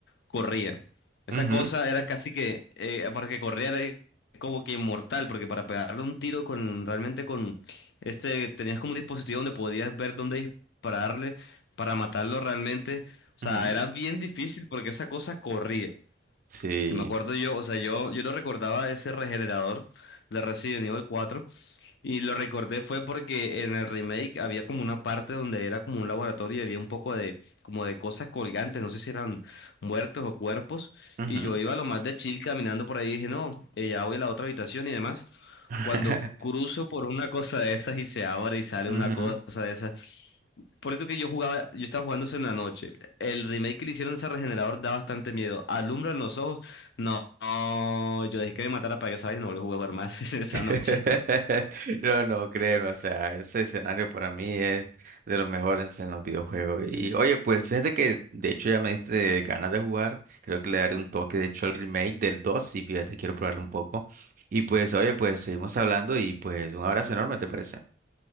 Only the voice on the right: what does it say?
Ujú,
ujú.
Sí.
Ujú.
<laughs>
Ujú.
<laughs>
No, no, créeme, o sea, ese escenario para mí es de los mejores en los videojuegos. Y oye, pues fíjate que de hecho ya me diste ganas de jugar, creo que le daré un toque, de hecho, al remake del 2, y fíjate, quiero probarlo un poco. Y pues, oye, pues seguimos hablando y pues un abrazo enorme, ¿te parece?